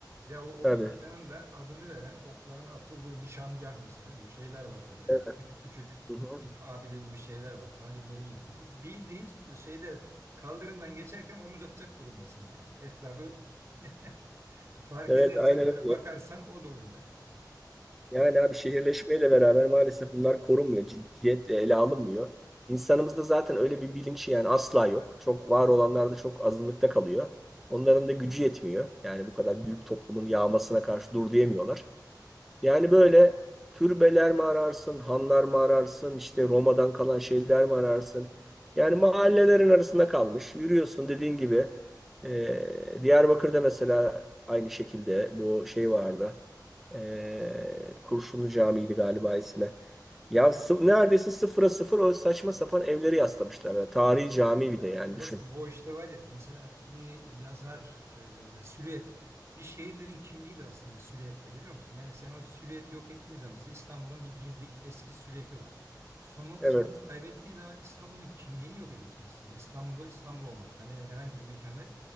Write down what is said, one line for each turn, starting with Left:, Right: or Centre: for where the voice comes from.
Right: Ya o Ok
Centre: Tabii.
Right: Meydanı'nın da adını veren okların atıldığı nişangah mesela değil mi? Böyle şeyler var böyle
Centre: Evet,
Right: küçük küçük
Centre: hı hı.
Right: diyelim abide gibi şeyler var. Talimlerin yapıldı. Bildiğin şeyde kaldırımdan geçerken omuz atacak durumdasın yani. Etrafı <laughs> fark
Centre: Evet,
Right: edersen
Centre: aynen
Right: böyle
Centre: öyle.
Right: bakarsan o durumda yani.
Centre: Yani abi şehirleşmeyle beraber maalesef bunlar korunmuyor. Ciddiyetle ele alınmıyor. İnsanımızda zaten öyle bir bilinç yani asla yok. Çok var olanlar da çok azınlıkta kalıyor. Onların da gücü yetmiyor. Yani bu kadar büyük toplumun yağmasına karşı dur diyemiyorlar. Yani böyle türbeler mi ararsın, hanlar mı ararsın, işte Roma'dan kalan şeyler mi ararsın? Yani mahallelerin arasında kalmış. Yürüyorsun dediğin gibi. Ee, Diyarbakır'da mesela aynı şekilde bu şey vardı. Ee, Kurşunlu Camii'ydi galiba ismi. Ya sı- neredeyse sıfıra sıfır o saçma sapan evleri yaslamışlar. Yani tarihi cami bir
Right: Ya
Centre: de yani
Right: dostum
Centre: düşün.
Right: o işte var ya mesela bir yazar söylüyor yani silüet bir şehirlerin kimliğidir aslında silüetleri biliyor musun? Yani sen o silüeti yok ettiğin zaman mesela İstanbul'un bir bildik eski silüeti var. Sonu
Centre: Evet,
Right: sen onu kaybettiğin zaman İstanbul'un kimliğini yok ediyorsun aslında. İstanbul'u İstanbul olmaktan veya herhangi bir mekanı